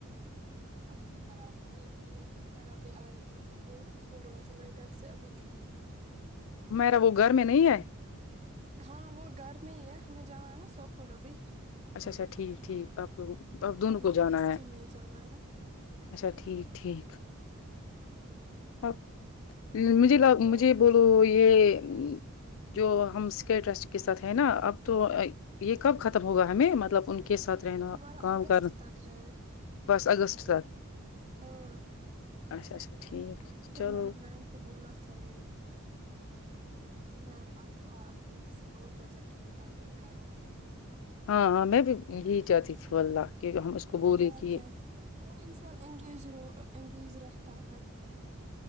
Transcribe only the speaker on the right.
اب میرا میرا یہ میرا بھی آئی ہوگی وہ اس نے بولا تھا میں گھر سے ابھی نکلی <unintelligible> <inaudible>
ہاں وہ گھر میں ہی ہے ہمیں جانا ہے نا سوپور ابھی
ہاں
ہمیں
اس
کے لیے جانا ہے نا
تو
ہمارا
اگست
تک ہے
ہاں
پھر
میں نے میم کو بولا تھا یہ میم اپا احمد <unintelligible> کسی اور پروجیکٹ میں کا یہ کرو
اور
کیا اور انسان انگیج انگیج رہ رہتا ہے